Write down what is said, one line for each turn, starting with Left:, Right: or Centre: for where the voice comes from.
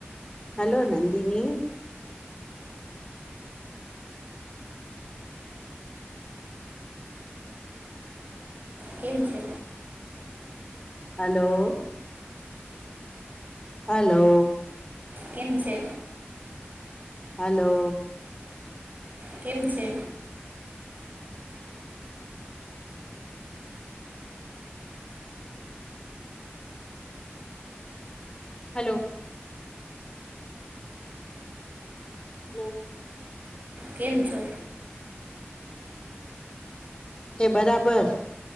Left: હલો, નદનીી
Right: કેમ છે.
Left: હલો હલો
Right: કેમ છે.
Left: હલો
Right: કેમ છે.
Left: હલો હલો
Right: કેમ છો.
Left: એ બરાબર